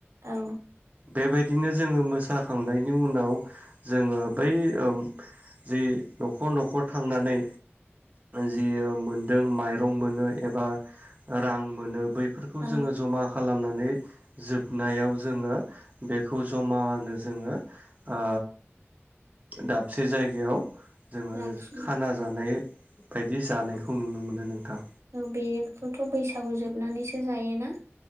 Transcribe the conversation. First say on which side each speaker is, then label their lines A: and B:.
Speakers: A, on the right; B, on the right.
A: औ।
B: बेबायदिनो जोङो मोसाखांनायनि उनाव जोङो बै ओ जि दख नखर नखर थांनानै जि मोनदों माइरं मोनो एबा रां मोनो बै बेफोरखौ
A: औ
B: जोङो जमा खालामनानै नानै जोबनायाव जोङो बेखौ जमानो जोङो ओ दाबसे जायगायाव जोङो
A: लाखियो
B: खाना जानाय बायदि जानायखौ
A: औ
B: नुनो मोनो नोंथां।
A: औ बेखौथ बैसागु जोबनानैसो जायोना?